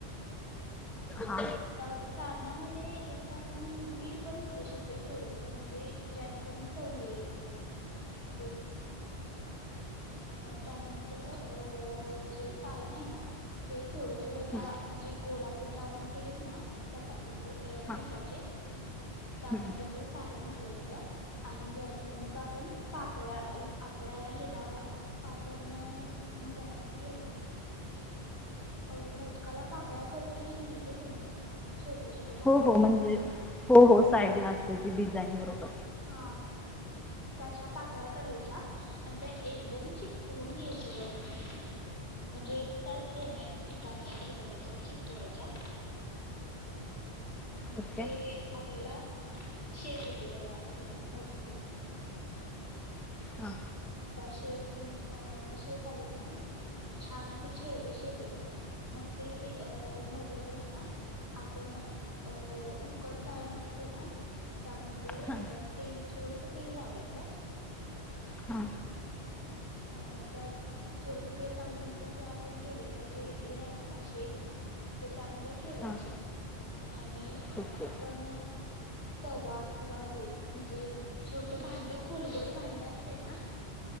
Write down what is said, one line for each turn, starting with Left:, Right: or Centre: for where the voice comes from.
Centre: हा
Left: त्या सारणामध्ये एक आपण मीठ पण घालू शकतोय थोडस म्हणजे ज्याणेकरून चव येईल आपल्याला वेगळी त्यानंतर अं जे सारण आहे ना ते थोडं थोडं त्या
Centre: हम्म,
Left: म्हणजे गोल आप ण राऊंड केलेत ना चपाती अ
Centre: हा
Left: पिठाचे त्यामध्ये
Centre: हम्म.
Left: ते सारण घालाय आणि वरती मग आपण पाकळ्या आपल्या हेला आपण हय अ मोदकाला पाकळ्या करतो. हे माहितीये तुम्हाला? छोट्या छोट्या पाकळ्या
Centre: हो हो
Left: करतात
Centre: म्हणजे
Left: ते
Centre: हो हो साईडला अशी ती डिझाईन बरोबर
Left: हा तशा पाकळ्या करायच्या आणि त्या एकदम चिकटवून घ्यायच्या वरती. म्हणजे त्याच हेने पिठाने हे करायच्या चिकटवायच्या मग
Centre: ओके
Left: ते आपल्याला शेप येतो त्याला हेला मोदकाला
Centre: हा
Left: आता शेप अ शेप आलेत ना छान असे शे शेप येतात. मग ते अ मोदक आहेत ना आपण अ उकड चाळन अस ते ना त्यामध्ये
Centre: हा
Left: तेल थोडस तेल लावायचं
Centre: हा
Left: अ त्यात थोडस तेल लावल्यानंतर ते आपण केलेलं जे ये आहेत ना शेप ते त्यामध्ये ठेवायचे.
Centre: हा
Left: आणि अ
Centre: ओके
Left: आपण तवा किंवा हे म्हणजे छोट भांड खोलगड भांड असतय ना?